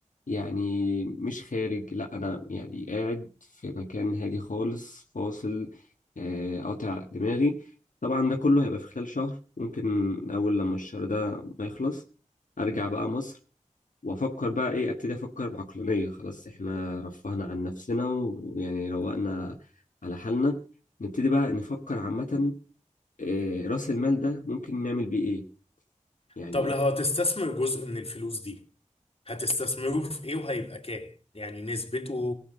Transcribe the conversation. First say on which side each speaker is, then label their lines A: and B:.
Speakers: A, on the left; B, on the left.
A: يعني مش خارج لأ أنا يعني قاعد في مكان هادي خالص فاصل آه، قاطع دماغي طبعا ده كله هيبقى في خلال شهر ممكن أول لما الشهر ده ما يخلص أرجع بقى مصر وافكر بقى ايه ابتدي افكر بعقلانيه خلاص احنا رفهنا عن نفسنا ويعني روقنا على حالنا نبتدي بقى نفكر عامه آه، راس المال ده ممكن نعمل بيه ايه يعني
B: طب لو هتستثمر جزء من الفلوس دي هتستثمره في ايه وهيبقى كام يعني نسبته